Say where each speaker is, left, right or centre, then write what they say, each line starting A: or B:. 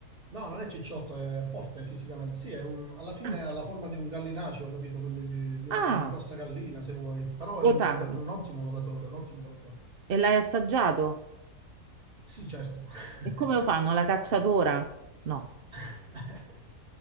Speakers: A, on the right; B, on the right.
A: No, non è cicciotto, è forte fisicamente. Sì, è un- alla fine
B: Ah,
A: ha la forma di un gallinaceo, ho capito? Quindi di, di una
B: ah,
A: grossa gallina, se vuoi. Però
B: o
A: è un,
B: targa.
A: è un ottimo volatore, un ottimo volatore.
B: E l'hai assaggiato?
A: Sì, certo. <laughs>
B: E come
A: Certo.
B: lo fanno? La cacciatora? No.
A: <laughs>